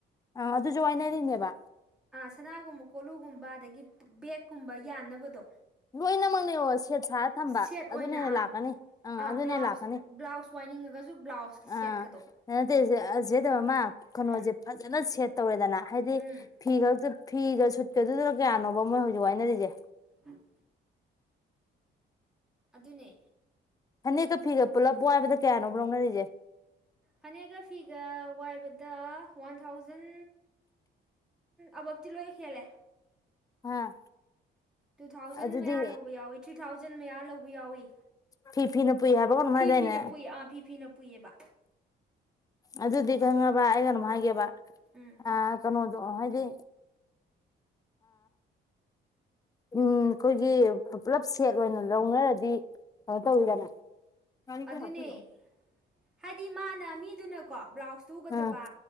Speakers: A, on the left; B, in the centre.
A: ꯑ ꯑꯗꯨꯁꯨ ꯋꯥꯅꯔꯤꯅꯦꯕ
B: ꯁꯅꯥꯒꯨꯝꯕ ꯀꯣꯂꯨꯒꯨꯝꯕ ꯑꯗꯒꯤ ꯕꯦꯛꯀꯨꯝꯕ ꯌꯥꯟꯅꯕꯗꯣ
A: ꯂꯣꯏꯅꯃꯛꯅꯦ ꯑꯣ ꯁꯦꯠ ꯁꯥꯔ ꯊꯝꯕ
B: ꯁꯦꯠ ꯑꯣꯏꯅ
A: ꯑꯗꯨꯅꯦ
B: ꯑꯥ
A: ꯂꯥꯛꯀꯅꯤ ꯑꯥ ꯑꯗꯨꯅꯦ
B: ꯕ꯭ꯂꯥꯎꯁ
A: ꯂꯥꯛꯀꯅꯤ
B: ꯕ꯭ꯂꯥꯎꯁ ꯋꯥꯏꯅꯤꯡꯉꯒꯁꯨ ꯕ꯭ꯂꯥꯎꯁꯀꯤ ꯁꯦꯠꯀꯗꯣ
A: ꯑꯥ ꯅꯠꯇꯦ ꯑꯁꯤꯗꯃ ꯀꯩꯅꯣꯁꯦ
B: ꯎꯝ
A: ꯐꯖꯅ ꯁꯦꯠ ꯇꯧꯔꯦꯗꯅ ꯍꯥꯏꯗꯤ
B: ꯎꯝ
A: ꯐꯤ ꯍꯛꯇ ꯐꯤꯒ ꯁꯨꯠꯀꯗꯨꯒ ꯀꯌꯥꯅꯣꯕ ꯃꯣꯏ ꯍꯧꯖꯤꯛ ꯋꯥꯏꯅꯔꯤꯁꯦ
B: ꯎꯝ ꯑꯗꯨꯅꯦ
A: ꯍꯅꯦꯛꯀ ꯐꯤꯒ ꯄꯨꯜꯂꯞ ꯋꯥꯏꯕꯗ ꯀꯌꯥꯅꯣꯕ꯭ꯔ ꯂꯧꯅꯔꯤꯁꯦ
B: ꯐꯅꯦꯛꯒ ꯐꯤꯒ ꯋꯥꯏꯕꯗ ꯋꯥꯟ ꯊꯥꯎꯖꯟ ꯑꯕꯞꯇꯤ ꯂꯣꯏ ꯍꯦꯜꯂꯦ
A: ꯑꯥ
B: ꯇꯨ ꯊꯥꯎꯖꯟ
A: ꯑꯗꯨꯗꯤ
B: ꯃꯌꯥ ꯂꯧꯕ ꯌꯥꯎꯋꯤ ꯊ꯭ꯔꯤ ꯊꯥꯎꯖꯟ ꯃꯌꯥ ꯂꯧꯕ ꯌꯥꯎꯋꯤ
A: ꯐꯤ ꯐꯤꯅ ꯄꯨꯏ ꯍꯥꯏꯕ ꯀꯩꯅꯣꯝ
B: ꯐꯤ
A: ꯍꯥꯏꯗꯥꯏꯅꯦ
B: ꯐꯤꯅ ꯄꯨꯏ ꯑꯥ ꯐꯤ ꯐꯤꯅ ꯄꯨꯏꯌꯦꯕ
A: ꯑꯗꯨꯗꯤꯒ ꯍꯉꯕ ꯑꯦꯒ ꯅ ꯃꯥꯒꯦꯕ
B: ꯎꯝ
A: ꯑ ꯆꯅꯣ ꯑꯗꯣ ꯍꯥꯏꯗꯤ ꯎꯝ ꯑꯩꯈꯣꯏꯒꯤ ꯄꯨꯂꯞ ꯁꯦꯠ ꯑꯣꯏꯅ ꯂꯧꯅꯔꯗꯤ ꯀꯩꯅꯣ ꯇꯧꯋꯤꯗꯅꯦ ꯀꯥꯔꯤꯗ
B: ꯑꯗꯨꯅꯦ
A: ꯅꯁꯤꯦꯒꯣ
B: ꯍꯥꯏꯗꯤ ꯃꯥꯅꯥ ꯃꯤꯗꯨꯅ ꯀꯣ ꯕ꯭ꯂꯥꯎꯁ ꯇꯨꯒꯗꯕ
A: ꯑꯥ